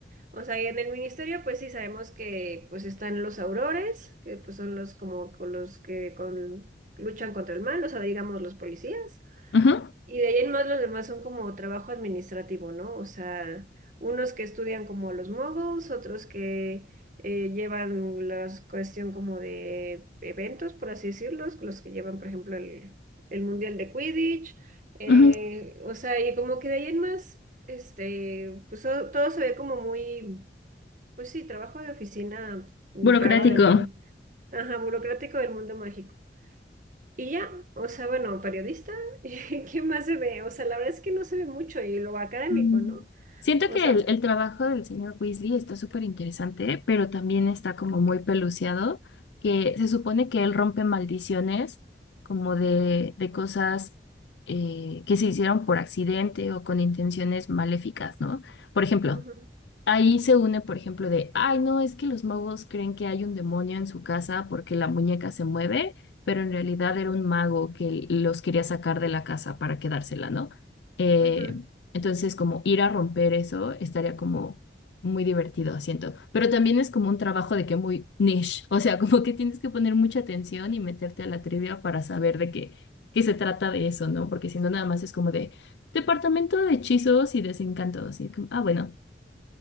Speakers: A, on the right; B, on the left.
A: O sea, y en el ministerio, pues sí sabemos que pues están los aurores, que pues son los como con los que con- luchan contra el mal, o sea, digamos los policías.
B: ujú,
A: Y de ahí en más los demás son como trabajo administrativo, ¿no? O sea, unos que estudian como los moguls, otros que eh, llevan la cuestión como de eventos, por así decirlo, los que llevan, por ejemplo, el, el Mundial de Quidditch, eh,
B: ujú, ujú.
A: o sea, y como que de ahí en más, este, pues so- todo se ve como muy, pues sí, trabajo de oficina raro
B: Burocrático.
A: del mundo, ajá, burocrático del mundo mágico. Y ya, o sea, bueno, periodista, <laughs> ¿qué más se ve? O sea, la verdad es que no se ve mucho y lo académico,
B: Mm.
A: ¿no?
B: Siento
A: O
B: que
A: sea,
B: el, el trabajo del señor Weasley está súper interesante, pero también está como muy peluciado, que se supone que él rompe maldiciones como de, de cosas eh, que se hicieron por accidente o con intenciones maléficas, ¿no? Por ejemplo,
A: ujú,
B: Ahí se une, por ejemplo, de, ay, no, es que los magos creen que hay un demonio en su casa porque la muñeca se mueve, pero en realidad era un mago que los quería sacar de la casa para quedársela, ¿no? Eh,
A: ujú.
B: entonces, como ir a romper eso estaría como muy divertido, siento. Pero también es como un trabajo de que muy niche, o sea, <laughs> como que tienes que poner mucha atención y meterte a la trivia para saber de qué, qué se trata de eso, ¿no? Porque si no, nada más es como de departamento de hechizos y desencantos, y es como, ah, bueno.